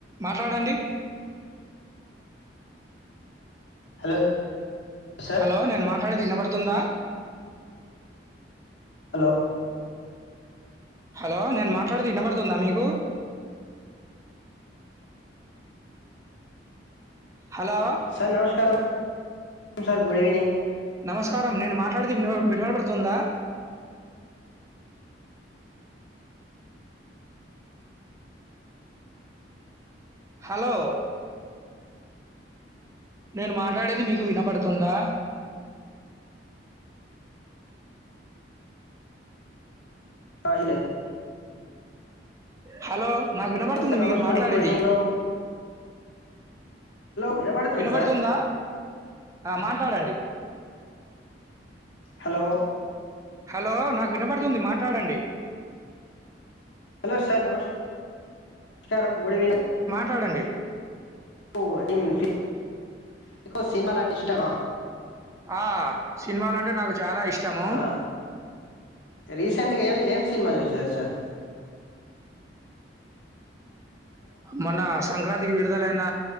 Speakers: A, on the right; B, on the left.
A: మాట్లాడండి
B: hello sir
A: hello నేను మాట్లాడేది వినబడుతుందా
B: హలో
A: హలో నేను మాట్లాడేది వినబడుతుందా మీకు హలో
B: సార్ నమస్కారం మ్ సార్ గుడ్ ఈవినింగ్
A: నమస్కారం నేను మాట్లాడితే వి వినవడబడపడుతుందా హలో నేను మాట్లాడేది మీకు వినపడుతుందా
B: ఆ ఇన
A: హలో నాకు వినబడుతుంది
B: సార్ నమస్కారం
A: మీరు మాట్లాడేది.
B: గుడ్ ఈవినింగ్ హలో వినబడుతుంది
A: వినబడుతుందా
B: సార్
A: ఆ మాట్లాడండి
B: హలో
A: హలో నాకు వినపడుతుంది మాట్లాడండి
B: హలో సర్ నమస్ మస్కారం గుడ్ ఈవినింగ్
A: ట్లాడండి
B: కు ఏం సి మీకు సినిమాలంటే ఇష్టమా
A: ఆ సినిమాలంటే నాకు చాలా ఇష్టము.
B: ఆ రీసెంట్గా ఏం ఏం సినిమా చూసారు సర్
A: మొన్న సంక్రాంతికి విడుదలయిన